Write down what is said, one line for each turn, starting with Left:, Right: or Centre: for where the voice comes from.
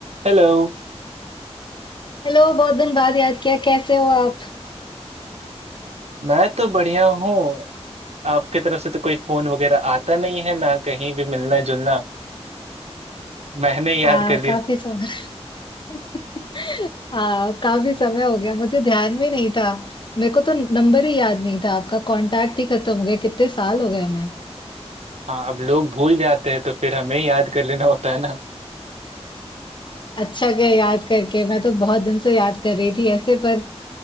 Right: Hello
Left: Hello बहुत दिन बाद याद किया कैसे हो आप
Right: मैं तो बढ़िया हूँ आपके तरफ से तो कोई फोन वगैरह आता नहीं है ना कहीं भी मिलना जुलना मैंने याद
Left: हाँ
Right: कर लिया
Left: काफी समय <laughs> हाँ काफी समय हो गया मुझे ध्यान में नहीं था मेरे को तो नंबर ही याद नहीं था आपका कांटेक्ट ही खत्म हो गया कितने साल हो गए हमें
Right: हाँ अब लोग भूल जाते हैं तो फिर हमें याद कर लेना होता है ना
Left: अच्छा गया याद करके मैं तो बहुत दिन से याद कर रही थी ऐसे पर